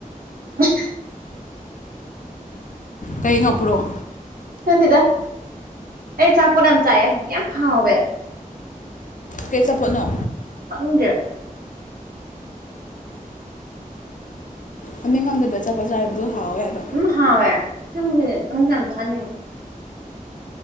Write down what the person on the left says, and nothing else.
ꯀꯩꯉꯣꯄ꯭ꯔꯛ
ꯀꯩ ꯆ ꯐꯅꯣ
ꯃꯡ ꯈꯪꯗꯕ ꯆꯆꯥꯄ ꯆꯥ ꯍꯥꯏꯔꯤꯕꯗꯣ ꯍꯥꯎꯋꯦ ꯍꯥꯏꯕ